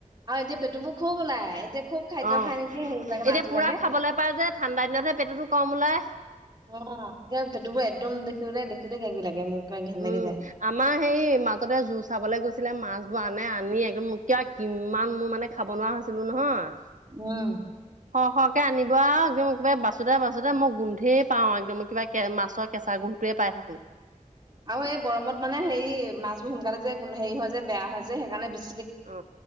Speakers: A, on the right; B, on the right.
A: আৰু এতিয়া বেটুবোৰ খুৱ ওলাই এতিয়া। খুব খাদ্য
B: অ এতিয়া
A: খাই নেকি সেইবিলাকে মাছ বিলাকে
B: পূৰা খাবলৈ পায় যে ঠাণ্ডা দিনতহে পেটুটো কম ওলায়।
A: অ কিবা পেটুবোৰ একদম দেখিবলে দেখোতে কিবা কিবি লাগে মোৰ পোৰা ঘিন
B: উম
A: লাগি যায়
B: আমাৰ সেই মাজতে জোৰ চাবলৈ গৈছিলে মাছবোৰ আনে আনি একদম কিয় কিমান মোৰ মানে খাব নোৱাৰা হৈছিলো নহয়
A: উম
B: স সকে আনিব আও একদম একবাৰে বাচোতে বাচোতে মোক গোন্ধেই পাওঁ একদম কিবা কে মাৰ কেঁচা গুন্ধটোৱে পাই থাকো।
A: আৰু এই গৰমত মানে হেৰি মাছবোৰ সোনকালে যে হেৰি হয় যে বেয়া হয় যে সেইকাৰণে বেছ-
B: অ